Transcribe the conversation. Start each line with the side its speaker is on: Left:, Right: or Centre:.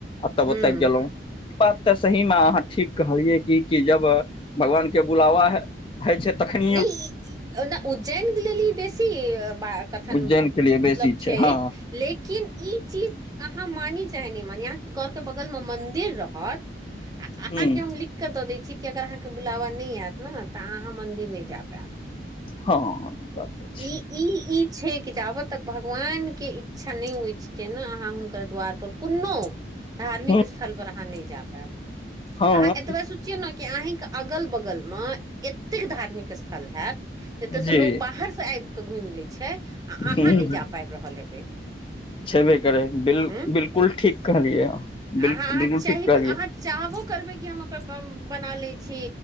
Left: आ तब
Right: हुँ,
Left: ओतऽ गेलहुं। बात तऽ सहीमे अहाँ ठीक कहलियै कि की जब भगवान के बुलावा हैत होइ छै तखनि
Right: नहि इ ओना उज्जैन के लेल ई बेसी बात कथन
Left: उज्जैन के लिए बेसी
Right: मतलब छैय,
Left: छै हँ
Right: लेकिन ई चीज अहाँ मानी चाहे नै मानी यदि अहांके घर के बगल मे मंदिर रहत आ अहांके
Left: ह
Right: हम लिख के दऽ दै छी कि अगर अहाँके बुलावा नहि आयत ने तऽ अहाँ मंन्दिर नहि जा पायब।
Left: हँ ई बात तऽ छै
Right: ई ई ई छै कि जाबत तक भगवान के इच्छा नहि होइत छय ने अहाँ हुनकर द्वार पर कोनो धार्मिक
Left: ह
Right: स्थल पर अहाँ नहि जा पायब,
Left: हँ
Right: अहाँ एतबे सोचियौ ने कि अहींके अगल बगल मे एतेक धार्मिक स्थल हेएत जतय से
Left: जी
Right: लोक बाहर से आबि कऽ घुमि लै छै आ अहाँ
Left: ह
Right: नहि जा पाबि रहल हेबै।
Left: छेबे करै बिलकुल
Right: हूँ
Left: ठीक कहलियै
Right: अहाँ
Left: बु
Right: अहाँ
Left: बिलकुल
Right: चाहबै
Left: ठीक कहलियै।
Right: अहाँ चाहबो करबै कि हम ओकर बना ले छी